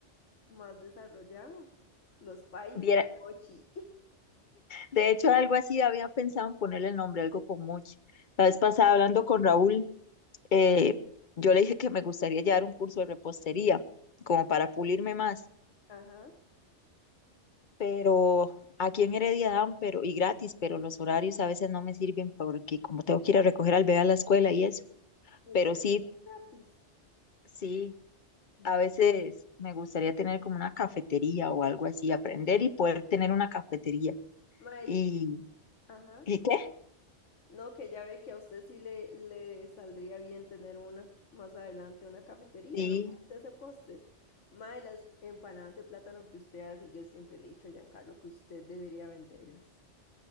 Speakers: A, on the left (about 85°); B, on the left (about 45°).
A: más desarrollado? Los países
B: Viera-
A: de Mochi. <laughs>
B: de hecho, algo así había pensado en ponerle el nombre, algo con Mochi. La vez pasada hablando con Raúl, eh, yo le dije que me gustaría llevar un curso de repostería, como para pulirme más
A: Ajá.
B: pero aquí en Heredia dan, pero y gratis, pero los horarios a veces no me sirven porque como tengo que ir a recoger al bebé a la escuela y eso.
A: ¿En
B: Pero
A: serio?
B: sí,
A: ¿Gratis?
B: sí,
A: Ma-
B: a veces me gustaría tener como una cafetería o algo así, aprender y poder tener una cafetería.
A: Mae,
B: ¿Y,
A: ajá.
B: ¿y qué?
A: No, que ya ve que a usted sí le, le saldría bien tener una más adelante, una cafetería,
B: Sí,
A: ¿no? Ya Usted hace postres. Mae, las empanadas de plátano que usted hace, yo siempre le he dicho a Giancarlo que usted debería venderlas.